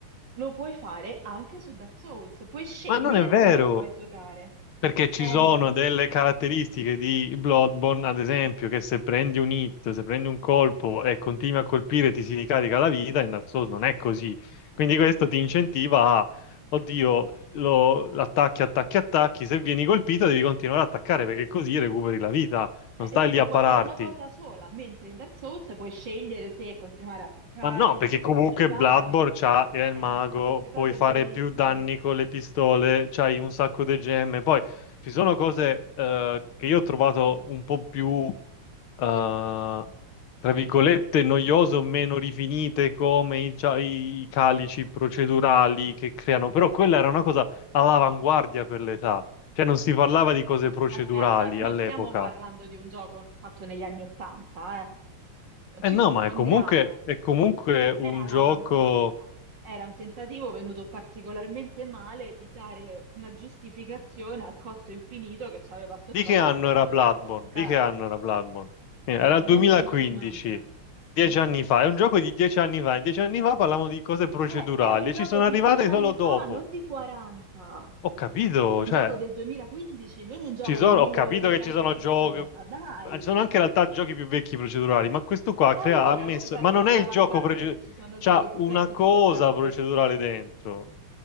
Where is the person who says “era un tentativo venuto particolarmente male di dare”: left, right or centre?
Right